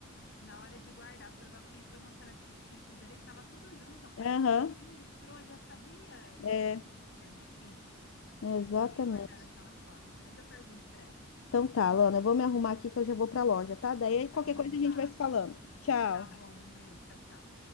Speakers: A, on the left; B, on the left.
A: na hora de guardar, provavelmente foi mostrado esses kits ali, tava tudo junto a cueca,
B: <laughs> Aham,
A: então quem mostrou já sabia que,
B: é,
A: que é de kit.
B: exatamente.
A: Não ia guardar daquela forma. Mas eu pergunto pra ela.
B: Então tá, Lana, eu vou me arrumar aqui que eu já vou pra loja, tá? Daí qualquer
A: Tá bom,
B: coisa a
A: Paty?
B: gente vai se falando. Tchau.
A: Tá bom, um beijo, tchau, tchau.